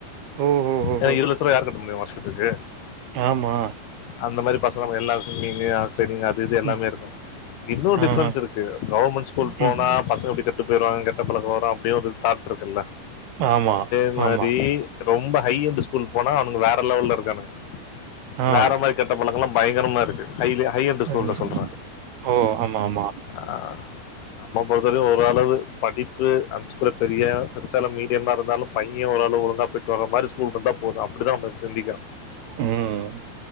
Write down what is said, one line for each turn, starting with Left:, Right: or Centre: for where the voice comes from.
Right: ஓ ஓ ஓ
Left: ஏன்னா
Right: ஓ
Left: இருவது லட்சருவா யாரு கட்ட முடியு வருஷ த்துக்கு
Right: ஆமா
Left: அந்த மாரி பசங்க எல்லா ஸ்விம்மிங்கு ஹார்ஸ் ரைடிங் அது இது எல்லாமே
Right: ம்
Left: இருக்கு இன்னொரு
Right: ஆ
Left: டிஃபரென்ஸ்
Right: ஆ
Left: இருக் கு கவர்மெண்ட் ஸ்கூல் போனா
Right: ம்
Left: பசங்க எப்படி கெட்டு போய்டுவாங்க கெட்ட பழக்க வரு அப்படியு ஒரு தாட் இருக்குல்ல
Right: ஆமா
Left: அது மாரி
Right: ஆமா
Left: ரொம்ப ஹை என்டு ஸ்கூல் போனா அவனுங்க வேற லெவல்ல இருக்கானுக
Right: ஆ
Left: வேற மாரி கெட்ட பழக்க எல்லா பயங்கரமா இருக்கு ஹை ஹை எண்டு ஸ்கூல்ல
Right: ம்.
Left: சொல்ற
Right: ஓ ஆமா ஆமா
Left: ஆ நம்ம பொறுத்தவரைக்கு ஒரு அளவு படி ப்பு அந்த ஸ்கூல பெரிய பெருசா இல்ல மீடியமா இருந்தாலு பைய ஓரளவு ஒழுங்கா போயிட் டு வர மாரி ஸ்கூல் இருந்தா போது அப்டிதா நம்ம சிந்திக்கிறோ
Right: ம்